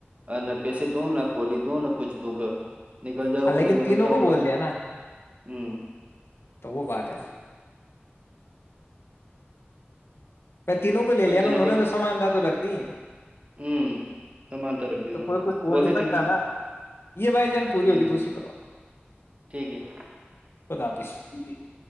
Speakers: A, on the right; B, on the left.
A: نہ پیسے دوں نہ کوڈی دوں نہ کچھ دوں گا نکل جاؤ
B: ہ
A: گا
B: لیکن تینوں
A: کا تب
B: کو بول دیا نا
A: ہوں
B: تو وہ بات ہے نا میں تینوں کو لے
A: بھائی
B: لیا
A: تینوں
B: نا انہوں
A: کو
B: نے تو سامان د تو رکھ دی
A: ہوں سمانتا رکھ دی
B: تو
A: انہوں
B: کوئی
A: نے
B: کچھ بول نہیں
A: دیا
B: سکتا
A: تینوں سے
B: نا یہ بھائی جان پوری
A: ہوں
B: ہوگی دوسری طر
A: ٹھیک ہے
B: قدپ ستی نہیں